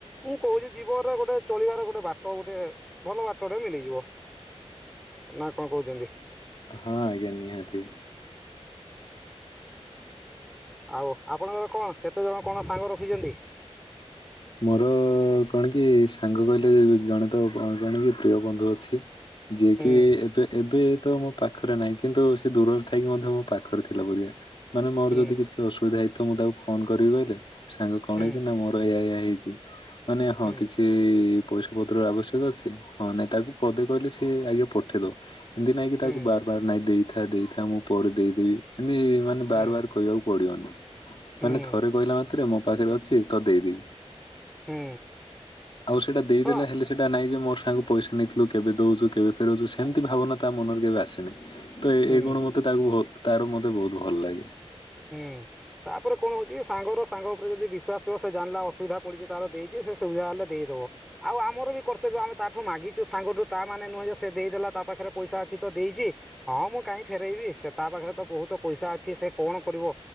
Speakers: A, in the centre; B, on the left.
A: ମୁଁ କହୁଛି ଜୀବନରେ ଗୋଟେ ଚଳିବାର ଗୋଟେ ବାଟ ଗୋଟେ ଭଲ ବାଟଟେ ମିଳିଯିବ।
B: <inaudible>
A: ନା କଣ କହୁଛନ୍ତି
B: ହଁ ଆଜ୍ଞା ନିହାତି।
A: ଆଉ ଆପଣଙ୍କର କଣ କେତେଜଣ କଣ ସାଙ୍ଗ ରଖିଛନ୍ତି?
B: ମୋର କଣ କି? ସାଙ୍ଗ କହିଲେ ଜଣେ ତ ଜଣେ କି ପ୍ରିୟ ବନ୍ଧୁ ଅଛି ଯିଏକି
A: ହୁଁ
B: ଏବେ ଏବେ ତ ମୋ ପାଖରେ ନାହିଁ କିନ୍ତୁ ସେ ଦୂରରେ ଥାଇକି ମଧ୍ୟ ମୋ ପାଖରେ ଥିଲା ପରିକା। ମାନେ ମୋର
A: ହୁଁ
B: ଯଦି କିଛି ଅସୁବିଧା ହେଇଥବ। ମୁଁ ତାକୁ ଫୋନ କରିକି କହିଲେ ସାଙ୍ଗ କଣ
A: ହୁଁ
B: ହେଇଛି ନା ମୋର ଏଇଆ ଏଇଆ ହେଇଚି ମାନେ ହଁ
A: ହୁଁ
B: କିଛି ପଇସା ପତ୍ରର ଆବଶ୍ୟକ ଅଛି ।ହଁ ନାଇଁ ତାକୁ ପଦେ କହିଲେ ସିଏ ଆଗେ ପଠେଇଦବ। ଏମିତି ନାଇଁ କି
A: ହୁଁ
B: ତାକୁ ବାର ବାର ନାଇଁ ଦେଇଥା ଦେଇଥା ମୁଁ ପରେ ଦେଇଦେବି। ଏମିତି ମାନେ
A: ହୁଁ
B: ବାର ବାର କହିବାକୁ ପଡ଼ିବନି
A: ହୁଁ
B: ମାନେ ଥରେ କହିଲା ମାତ୍ରେ ମୋ ପାଖରେ ଅଛି ତ ଦେଇଦେବି।
A: ହୁଁ
B: ଆଉ ସେଟା ଦେଇଦେଲା
A: ହଁ
B: ହେଲେ ସେଟା ନାଇଁ ଯେ ମୋର ତାଙ୍କୁ ପଇସା ନେଇଥିଲୁ କେବେ ଦୋଉଚୁ କେବେ ଫେରଉଚୁ ସେମିତି ଭାବନା ତା ମନରେ କେବେ ଆସେ ନାହିଁ। ତ ଏଇ
A: ହୁଁ
B: ଏଇ ଗୁଣ ମତେ ତାକୁ ବୋହୁତ ତାର ମତେ ବୋହୁତ ଭଲ ଲାଗେ।
A: ହୁଁ। ତାପରେ କଣ ହୋଉଚି ସାଙ୍ଗର ସାଙ୍ଗ ଉପରେ ଯଦି ବିଶ୍ୱାସଥିବ ସେ ଜାଣିଲା ଅସୁବିଧା ପଡିଚି ତାର ଦେଇଚି ସେ ସୁବିଧା ହେଲେ ଦେଇ ଦବ ଆଉ ଆମର ବି କର୍ତ୍ତବ୍ୟ ଆମେ ତାଠୁ ମାଗିଚୁ ସାଙ୍ଗଠୁ ତା ମାନେ ନୁହେଁ ଯେ ସେ ଦେଇଦେଲା ତା ପାଖରେ ପଇସା ଅଛି ତ ଦେଇଚି ହଁ ମୁଁ କାଇଁ ଫେରେଇବି ସେ ତା ପାଖରେ ତ ବୋହୁତ ପଇସା ଅଛି ସେ କଣ କରିବ